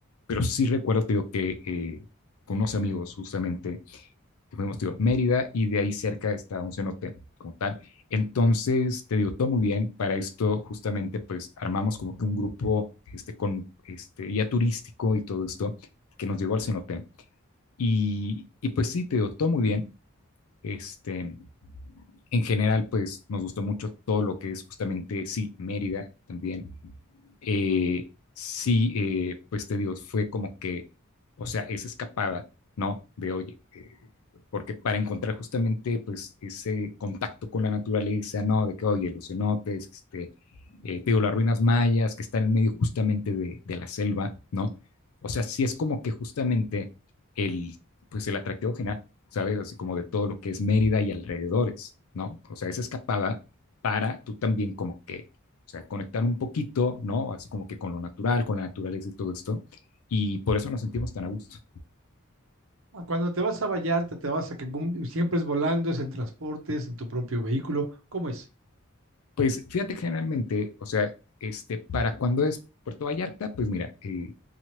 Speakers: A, on the left; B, on the right.
A: pero sí recuerdo, te digo, que eh, con unos amigos justamente, que fuimos, te digo, Mérida y de ahí cerca está un cenote como tal. Entonces, te digo, todo muy bien. Para esto, justamente, pues armamos como que un grupo este, con este, guía turístico y todo esto que nos llevó al cenote. Y, y pues sí, te digo, todo muy bien Este, en general, pues nos gustó mucho todo lo que es justamente, sí, Mérida también. Eh, sí, eh, pues te digo, fue como que, o sea, esa escapada, ¿no? De, oye, eh, porque para encontrar justamente, pues, ese contacto con la naturaleza, ¿no? De que, oye, los cenotes, este, eh, te digo, las ruinas mayas que están en medio justamente de, de la selva, ¿no? O sea, sí es como que justamente el, pues, el atractivo general ¿sabes? Así como de todo lo que es Mérida y alrededores, ¿no? O sea, esa escapada para tú también como que, o sea, conectar un poquito, ¿no? Así como que con lo natural, con la naturaleza y todo esto. Y por eso nos sentimos tan a gusto.
B: Cuando te vas a Vallarta, te vas a Cancún, siempre es volando, es en transportes, en tu propio vehículo, ¿cómo es?
A: Pues fíjate, generalmente, o sea, este, para cuando es Puerto Vallarta, pues mira, eh,